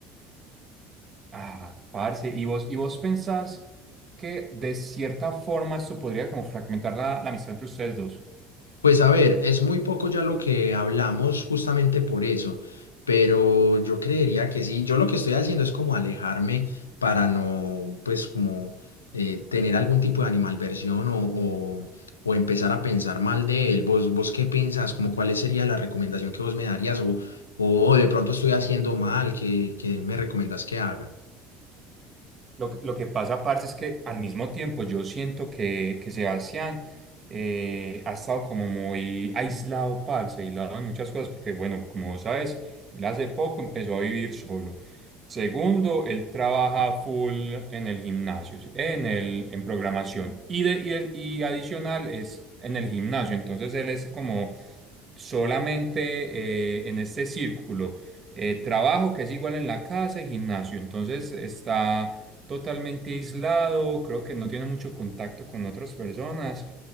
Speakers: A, on the right (about 30°); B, on the left (about 80°).
A: Ah, parce, ¿y vos, y vos pensás que de cierta forma esto podría como fragmentar la, la amistad entre ustedes dos?
B: Pues a ver, es muy poco ya lo que hablamos justamente por eso, pero yo creería que sí, yo lo que estoy haciendo es como alejarme para no, pues como eh, tener algún tipo de animalversión o, o, o empezar a pensar mal de él. ¿Vos, vos qué pensás? Como cuál sería la recomendación que vos me darías? O, o, de pronto estoy haciendo mal, ¿qué, qué me recomendás que haga?
A: Lo, que lo que pasa, parce, es que al mismo tiempo yo siento que, que Sebastián eh, ha estado como muy aislado, parce, aislado de muchas cosas, porque bueno, como vos sabes, él hace poco empezó a vivir solo. Segundo, él trabaja full en el gimnasio, ¿sí? en el, en programación y, de- y de- y adicional es en el gimnasio, entonces él es como solamente eh, en este círculo. eh, trabajo que es igual en la casa y gimnasio, entonces está totalmente aislado, creo que no tiene mucho contacto con otras personas